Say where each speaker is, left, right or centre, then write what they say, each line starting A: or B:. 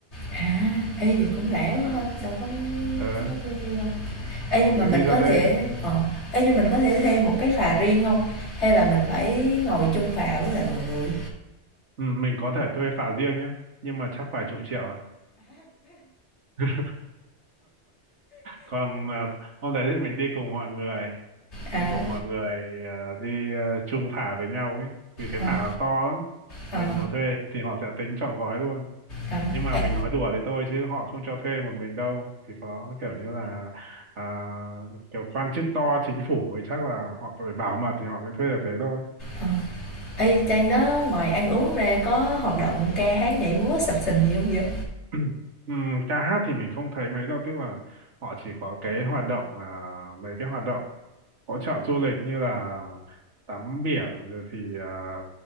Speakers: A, on the left; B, on the right.
A: À, ê, vậy cũng rẻ quá
B: à,
A: ha, đâu có
B: ờ,
A: mắc bao nhiêu đâu. Ê,
B: thì
A: nhưng mà
B: cứ
A: mình
B: đi ra
A: có
B: đây
A: thể ờ, ê, nhưng mình có thể thuê một cái phà riêng không? Hay là mình phải ngồi chung phà với lại mọi người?
B: ừ, mình có thể thuê phà riêng nhé nhưng mà chắc vài chục triệu à. <laughs> còn à, hôm đấy thì mình đi cùng mọi người
A: À,
B: đi cùng mọi người à, đi à, chung phả với nhau ấy vì cái
A: ờ,
B: phả nó to lắm
A: ờ,
B: mình mà thuê thì họ sẽ tính trọn gói luôn
A: à,
B: nhưng mà mình
A: ê,
B: nói đùa thế thôi chứ họ không cho thuê một mình đâu chỉ có kiểu như là à, kiểu quan chức to chính phủ ấy chắc là họ phải bảo mật thì họ mới thuê được thế thôi
A: ờ. Ê, trên đó ngoài ăn uống ra có hoạt động ca hát, nhảy múa, sập sình gì không vậy?
B: <clears throat> Ừm, ca hát thì mình không thấy mấy đâu tức là họ chỉ có cái hoạt động là mấy cái hoạt động hỗ trợ du lịch như là tắm biển rồi thì à,